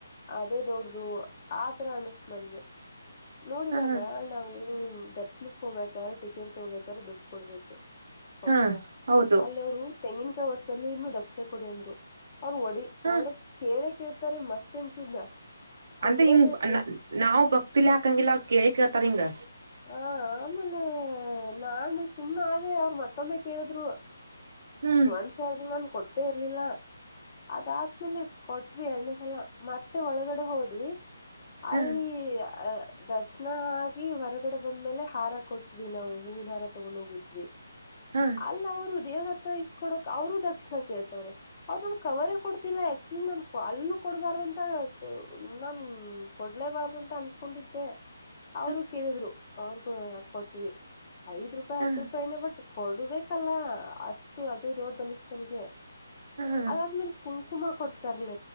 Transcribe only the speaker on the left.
ಅದೇ ದೊಡ್ದ ಆತರ ಅನಸ್ತು ನನ್ಗೆ ನೋಡಿಇವಾಗ
ನಾವು ದರ್ಶನಕ್ ಹೋಗಬೇಕಾದ್ರ ಟಿಕೆಟ್ ತಗೋಬೇಕ್ರೆ ದುಡ್ಡು ಕೊಡ್ಬೇಕು ಕೊಟ್ವಾ
ಅಲ್ಲಿ ಅವರು ತೆಂಗಿನಕಾಯಿ ಒಡ್ಸಲ್ಲಿ ಇ ದಕ್ಷಿಣ ಕೊಡಿ ಅಂದ್ರು ಅವ್ರು ಒಡಿ
ಒಡದ ಕೇಳ ಕ ಾರೆ ಮಸ್ಟ್ ಅಂಡ್ ಶುಡ್ ಕೊಡ್ಲೇಬೇಕು
ಹ ಆಮೇಲೆ ನಾನು ಸುಮ್ಮ್ನೆ ಆದೆ ಅವರು ಮತ್ತೊಮ್ಮೆ ಕೇಳಿದ್ರು
ಒಂದ್ಸಾರಿ ನನ್ ಕೊಟ್ಟೆ ಇರ್ಲಿಲ್ಲ ಅದಾದ್ಮೇಲೆ ಕೊಟ್ವಿ ಎಣ್ಣೇಸಲ ಮತ್ತೆ ಒಳಗಡೆ ಹೋದ್ವಿ <unintelligible>
ಅಲ್ಲಿ ಅ ದರ್ಶನ ಆಗಿ ಹೊರಗಡೆ ಬಂದ್ಮೇಲೆ ಹಾರ ಕೊಟ್ವಿ ನಾವು ಹೂವಿನ ಹಾರ ತಗೊಂಡ್ ಹೋಗಿದ್ವಿ
ಅಲ್ಲ ಅವ್ರು ದೇವ್ರ ಹತ್ರ ಇಟ್ಕೊಡಕ್ ಅವ್ರರು ದಕ್ಷಿಣ ಕೇಳ್ತವ್ರೆ ಅವ್ ನಮ ಕವರೇ ಕೊಡ್ತಿಲ್ಲ ಆಕ್ಚುಲಿ ನಾನ್ ಅಲ್ಲೂ ಕೊಡ್ಬಾರ್ದಂತ ನಾ ಕೊಡ್ಲೇಬಾರ್ದ ಅಂತ ಅನ್ಕೊಂಡಿದ್ದೆ
ಅವರು ಕೇಳಿದ್ರು ಅವ್ರಗೂ ಕೊಟ್ವಿ ಐದ್ ರೂಪಾಯಿ
ಹತ್ತು ರೂಪಾಯನೇ ಬಟ್ ಕೊಡುಬೇಕಲ್ಲ ಅಷ್ಟು ಅದು ದೊಡ್ಡ್ದ ಅನ್ಸ್ತನ್ಗೆ
ಅದಾದ್ಮೇಲ್ ಕುಂಕುಮ ಕೊಡ್ತಾರ್ಲ